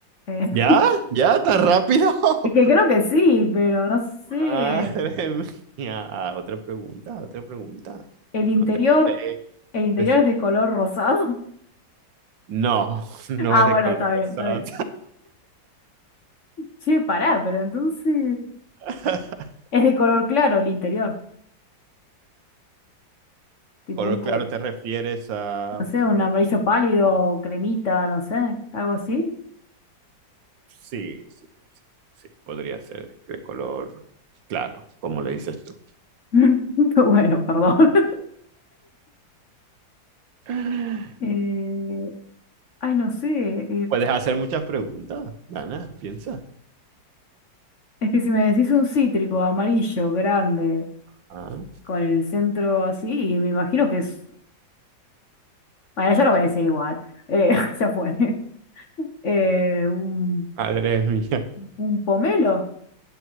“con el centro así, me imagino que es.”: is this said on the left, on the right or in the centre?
Left